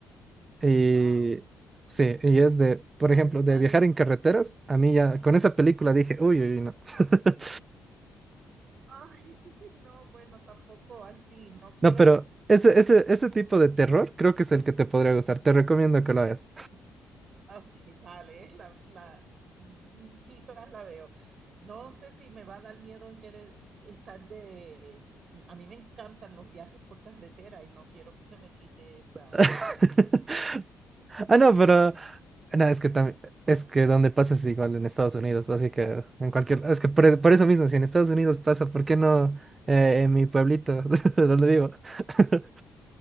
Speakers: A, on the right (about 30°); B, on the right (about 50°).
A: Y
B: wow,
A: sí, y es de, por
B: animales
A: ejemplo, de viajar en
B: no.
A: carreteras. A mí ya con esa película dije, uy, uy, uy, no. <laughs>
B: Ay, <laughs> no, bueno, tampoco así, no quiero,
A: No, pero ese, ese, ese tipo de terror creo que es el que te podría gustar. Te recomiendo que lo veas.
B: Ah, Ok, vale, es la, la- mm, quizás la veo. No sé si me va a dar miedo querer estar de... A mí me encantan los viajes por carretera y no quiero que se me quite esa,
A: <laughs> Ah, no,
B: <laughs>
A: pero... No, es que también... Es que donde pasa es igual en Estados Unidos, así que en cualquier... Es que por, por eso mismo, si en Estados Unidos pasa, ¿por qué no eh, en mi pueblito, <laughs> donde vivo? <laughs>